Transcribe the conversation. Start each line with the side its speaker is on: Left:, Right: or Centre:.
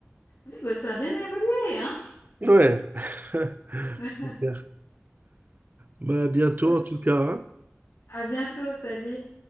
Left: Ah, bah, ça a bien évolué, hein.
Right: Ouais, <laughs>
Left: <laughs>
Right: c'est clair. Bah, à bientôt
Left: Ok.
Right: en tout cas, hein.
Left: À bientôt, salut.